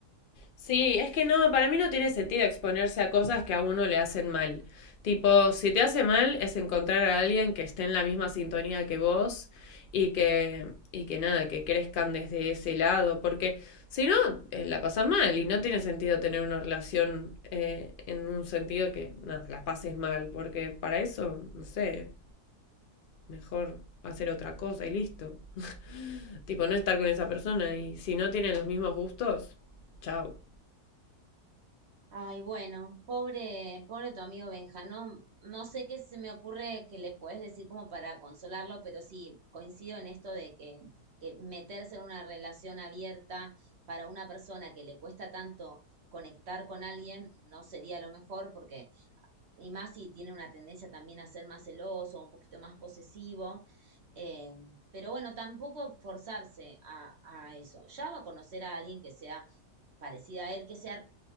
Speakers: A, on the left; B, on the right.
A: Sí, es que no, para mí no tiene sentido exponerse a cosas que a uno le hacen mal. Tipo, si te hace mal es encontrar a alguien que esté en la misma sintonía que vos y que, y que nada, que crezcan desde ese lado, porque si no, eh, la pasas mal y no tiene sentido tener una relación eh, en un sentido que, nada, la pases mal, porque para eso, no sé. mejor hacer otra cosa y listo. Tipo, no estar con esa persona y si no tienen los mismos gustos, chao.
B: Ay, bueno, pobre, pobre tu amigo Benja, no, no sé qué se me ocurre que le puedes decir como para consolarlo, pero sí, coincido en esto de que, que meterse en una relación abierta para una persona que le cuesta tanto conectar con alguien no sería lo mejor, porque, y más si tiene una tendencia también a ser más celoso, un poquito más posesivo, eh, pero bueno, tampoco forzarse a, a eso. Ya va a conocer a alguien que sea parecida a él, que sea...